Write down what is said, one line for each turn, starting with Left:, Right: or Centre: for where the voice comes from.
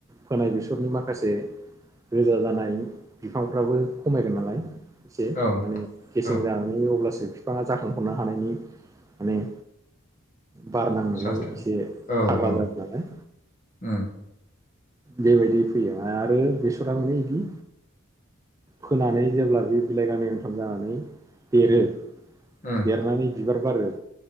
Right: फोनाय बेसरनि माखासे रोजा जानाय बिफांफ्राबो खमायगोन नालाय एसे
Left: औ
Right: माने केेसें
Left: औ
Right: जानानै अब्लासो जे बिफाङा जाखांफुनो हानायनि माने बार नांनानै
Left: सास्थाय
Right: एसे <unintelligible>
Left: औ औ उम
Right: बेबायदि फैयो आरो बेसरा माने बिदि फोनानै जेब्ला बे बिलाइ गांनै गांथाम जानानै देरो
Left: उम
Right: दरनानै बिबार बारो